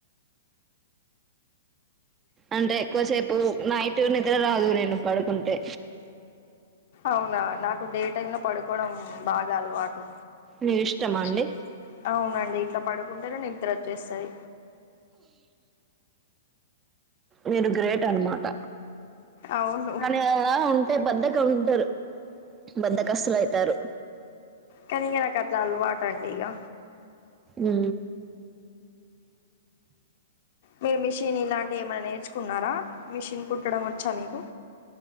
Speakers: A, on the right (about 20°); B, on the left (about 55°).
A: అంటే ఎక్కువసేపు నైట్ నిద్ర రాదు నేను పడుకుంటే
B: అవునా నాకు డే టైమ్ లో పడుకోవడం బాగా అలవాటు
A: మీకు ఇష్టమా అండి
B: త అవునండి ఇట్లా పడు <unintelligible> నిద్ర వచ్చేస్తది
A: మీరు గ్రేట్ అనమాట
B: అవును
A: కానీ అలా ఉంటే బద్ధకం అంటారు బద్దకస్తులు అయితారు
B: కానీ ఇక నాకు అట్లా అలవాటు అండి ఇక
A: ఉ
B: మీరు మిషిన్ ఇలాంటి ఏమైన్నా నేర్చుకో కున్నారా మిషిన్ కుట్టడం వచ్చా మీకు